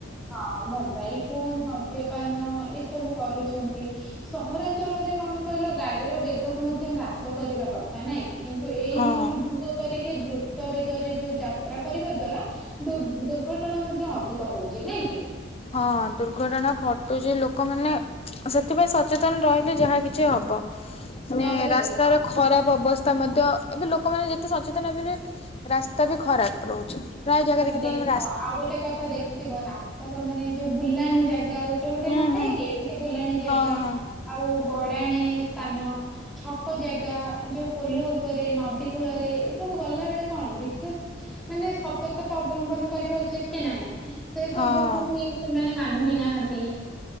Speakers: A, in the centre; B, on the left.
A: ହଁ ମୋବାଇଲ ଫୋନ ମଦ୍ୟପାନ ଏସବୁ କରୁଛନ୍ତି। ସହରାଞ୍ଚଳରେ କଣ କହିଲ ଗାଡିର ବେଗକୁ ମଧ୍ୟ ହ୍ରାସ କରିବା କଥା ନାଇଁ କି? କିନ୍ତୁ ଏଇ
B: ହଁ
A: ନିୟମ ଭଙ୍ଗ କରିକି ଦ୍ରୁ ତ ବେଗରେ ଯୋଉ ଯାତ୍ରା କରିବା ଦ୍ଵାରା ଦୁ ଦୁର୍ଘଟଣା ମଧ୍ୟ ଅଧିକ ହଉଛି ନାଇଁ କି।
B: ହଁ। ଦୁର୍ଘଟଣା ଘଟୁଛି ଲୋକମାନେ ସେଥିପାଇଁ ସଚେତନ ରହିଲେ ଯାହା କିଛି ହବ ମାନେ
A: ତାପରେ
B: ରାସ୍ତାର
A: ଦେଖ
B: ଖରାପ ଅବସ୍ଥା ମଧ୍ୟ ଏବେ ଲୋକମାନେ ଯେତେ ସଚେତନ ହେବେବି ରାସ୍ତା ବି ଖରାପ ରହୁଛି। ପ୍ରାୟ ଜାଗା
A: ତାପରେ
B: ଦେଖିଥିବ
A: ଦେଖ
B: ତମେ ରାସ୍ତା
A: ଆଉ ଗୋଟେ କଥା ଦେ ଦେଖିଥିବ ରାସ୍ତାର ମାନେ ଯୋଉ ବୁଲାଣି ଜାଗା ଗୋଟେ ଗୋଟେ
B: ହୁଁ
A: ନଥାଏ
B: ହୁଁ
A: କି ଏମିତି ବୁଲାଣି ଜାଗା,
B: ହଁ ହଁ।
A: ଆଉ ଗଡ଼ାଣୀ ସ୍ଥାନ, ଛକ ଜାଗା ଯୋଉ ପୋଲ ଉପରେ ନଦୀ କୂଳରେ ଏ ସବୁ ଗଲା ବେଳେ କଣ ବିଶେଷ ମାନେ ସତର୍କତା ଅବଲମ୍ବନ କରିବା ଉଚିତ କି ନାହିଁ ସେ
B: ହଁ
A: ସବୁକୁ ହିଁ ସେମାନେ ମାନୁ ହି ନାହାନ୍ତି